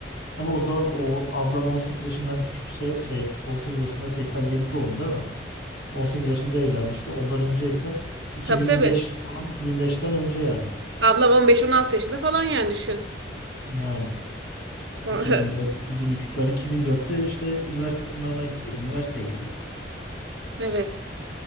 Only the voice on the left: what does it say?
Ama o zaman o ablan 18 yaşından küçükse şey 18 yaşında 87 doğumlu değil mi? 18 yaşında evlenmişti. Ondan önce ise 2005
falan 2005'ten önce yani.
Yani
2004,
2003. Ben 2004'te işte üniversite sınavına girdim. Üniversiteye girdim.